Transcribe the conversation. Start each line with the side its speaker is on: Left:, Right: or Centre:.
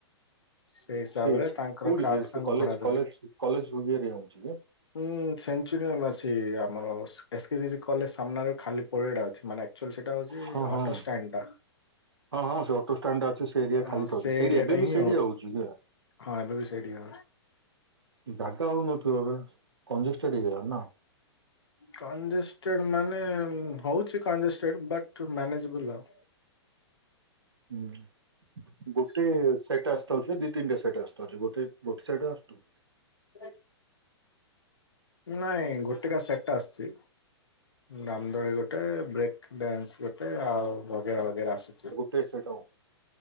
Left: ସେଇ ହିସାବରେ
Right: ସେ
Left: ତାଙ୍କର
Right: କୋଠି
Left: କାହାକୁ
Right: ସେ ସେ
Left: ତାଙ୍କୁ
Right: କଲେ
Left: ଭଡା ଦେବେ
Right: କଲେଜ କଲେଜ କଲେଜ ରୁ ଇଏରେ ହିଁ ହଉଛି
Left: ହୁଁ ସେଞ୍ଚୁରିଅର ମାସି ଆମର ଏସ୍ କେଜି କଲେଜ ସାମ୍ନାରେ ଖାଲି ପଡ଼ିଆ ଟା ଅଛି ମାନେ। ଆଚୁଆଲି ସେଟା ହଉଛି
Right: ହଁ ହଁ
Left: ଅଟୋଷ୍ଟାଣ୍ଡ ଟା
Right: ହଁ ହଁ ସେ ଅଟୋଷ୍ଟାଣ୍ଡ ଟା ଅଛି ସେ ଏରିଆ
Left: ଅଁ,
Right: ଖାଲି ଥାଉଛି
Left: ସେ
Right: ସେଇଠି
Left: ଏରିଆଟା
Right: ଏବେ ବି
Left: ହିଁ
Right: ସେଇଠିଆ ହଉଛି କା
Left: ହଁ ଏବେ ବି ସେଇଠି ଆ
Right: ଜାଗା ହଉନଥିବ ଏବେ କଂଜୁସୁ ଟିକେ ନା।
Left: କଂଜେଷ୍ଟେଡ୍ ମାନେ ହଉଛି କଂଜେଷ୍ଟେଡ୍ ବଟ୍ ମ୍ୟାନେଜବୁଲ୍ ଆଉ।
Right: ହୁଁ ଗୋଟେ ସେଟ୍ ଆସି ଥାଉଛି ଦି ତିନିଟା ସେଟା ଆସଥାଉଛି ଗଟେ ଗୋଟେ ସେଟ ଅସ୍ତୁ।
Left: <unintelligible> ନାଇଁ ଗୋଟେକା ସେଟ୍ ଆସଚି ରାମ ଦୋଳି ଗୋଟେ ବ୍ରେକ୍ ଡ୍ୟାନ୍ସ ଗୋଟେ ଆଉ ବଗେରା ବଗେରା ଆସୁଛି।
Right: ଟେ ସେ ଟଉ।